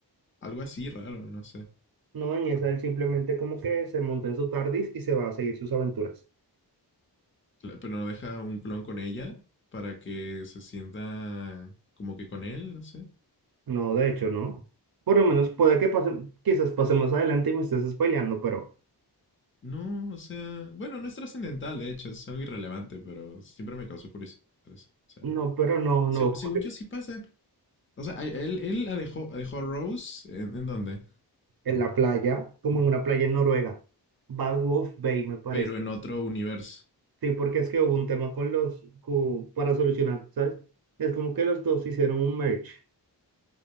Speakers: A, on the left; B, on the right.
A: Algo así raro, no sé.
B: No, en esa él simplemente como que se monta en su TARDIS y se va a seguir sus aventuras.
A: Cla- Pero no deja un clon con ella para que se sienta como que con él, no sé.
B: No, de hecho, no. Por lo menos puede que pase, quizás pase más adelante y me estés spoileando, pero
A: No, o sea. Bueno, no es trascendental, de hecho, es algo irrelevante, pero siempre me causó curiosidad eso. O sea.
B: no, pero no,
A: Se-
B: no. ocurre
A: según yo sí pasa. O sea, a- él, él la dejó, dejó a Rose en, en dónde?
B: En la playa, como en una playa en Noruega, Bad Wolf Bay, me parece.
A: Pero en otro universo.
B: Sí, porque es que hubo un tema con los, co- para solucionar, ¿sabes? Es como que los dos hicieron un merge.